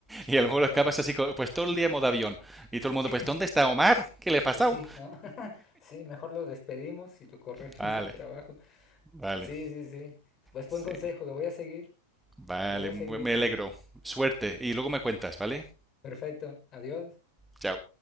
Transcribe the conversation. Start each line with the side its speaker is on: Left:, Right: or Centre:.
Centre: Y
Left: Ah,
Centre: a lo mejor
Left: dale.
Centre: acabas así, co- pues todo el día en modo avión. Y todo el mundo,
Left: <laughs>
Centre: pues, ¿dónde está Omar? ¿Qué le ha pasado?
Left: Pues sí, ¿no? <laughs> Sí, mejor lo despedimos y lo corremos
Centre: Vale,
Left: del trabajo.
Centre: vale.
Left: Sí, sí, sí. Pues buen
Centre: Sí.
Left: consejo, lo voy a seguir,
Centre: Vale,
Left: lo voy a
Centre: me
Left: seguir.
Centre: alegro. Suerte y luego me cuentas, ¿vale?
Left: Perfecto, adiós.
Centre: Chao.